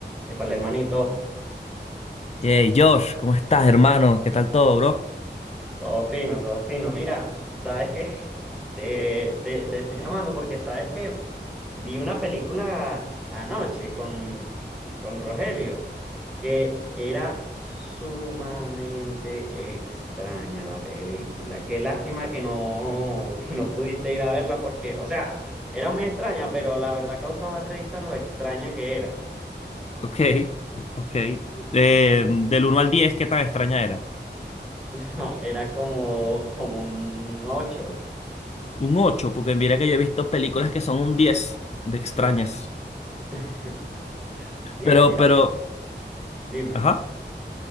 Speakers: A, in the centre; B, on the left (about 35°).
A: Y para el hermanito,
B: Hey, Josh, ¿cómo estás, hermano? ¿Qué tal todo, bro?
A: todo fino, todo fino. Mira, ¿sabes qué? <laughs> Te, te, te estoy llamando porque sabes que vi una película anoche con, con Rogelio que era sumamente extraña la película. Qué lástima que no, <laughs> que no pudiste ir a verla porque, o sea, era muy extraña, pero la verdad causaba risa lo extraña que era.
B: Ok, ok.
A: Sí.
B: Eh, del uno al 10, ¿qué tan extraña era?
A: <laughs> Era como, como un ocho.
B: Un 8, porque mira que yo he visto películas que son un 10 de extrañas.
A: <laughs> Sí,
B: Pero,
A: era,
B: pero,
A: dime.
B: ajá.